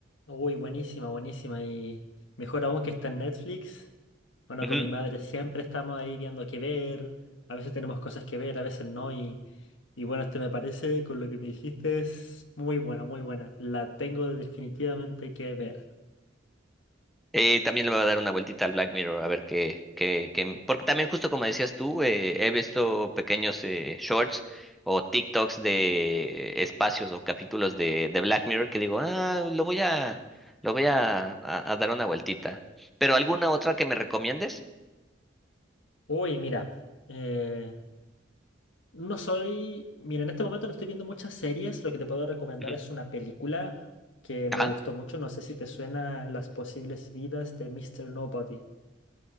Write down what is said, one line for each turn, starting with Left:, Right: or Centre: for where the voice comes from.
Left: Uy, buenísima, buenísima. Y mejor aún que está en Netflix. Bueno,
Centre: Ujú.
Left: con mi madre siempre estamos ahí viendo qué ver. A veces tenemos cosas que ver, a veces no. Y, y bueno, este me parece, con lo que me dijiste, es muy buena, muy buena. La tengo definitivamente que ver.
Centre: Eh, también le voy a dar una vueltita al Black Mirror, a ver qué, qué, qué, porque también justo como decías tú, eh, he visto pequeños eh, shorts o TikToks de espacios o capítulos de, de Black Mirror que digo, ah, lo voy a, lo voy a, a a dar una vueltita. ¿Pero alguna otra que me recomiendes?
Left: Uy, mira. eh, no soy. Mira, en este momento no estoy viendo muchas series. Lo que te puedo recomendar
Centre: Ujú.
Left: es una película que me
Centre: Ajá.
Left: gustó mucho. No sé si te suena Las posibles vidas de Mr. Nobody.